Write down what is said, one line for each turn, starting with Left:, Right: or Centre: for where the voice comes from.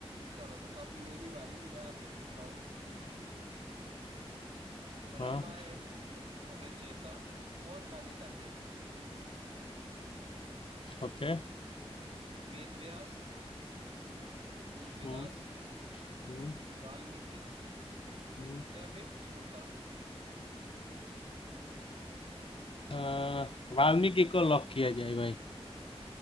Right: चलो तो अब मेरी बारी मैं आपसे पूछता हूँ
Left: हाँ
Right: रामायण के रचयिता कौन माने जाते हैं
Left: ओके
Right: वेद व्यास तुलसीदास
Left: हम्म हम्म
Right: वाल्मीकि
Left: हम्म।
Right: या फिर सूरदास
Left: अ, वाल्मीकि को लॉक किया जाए भाई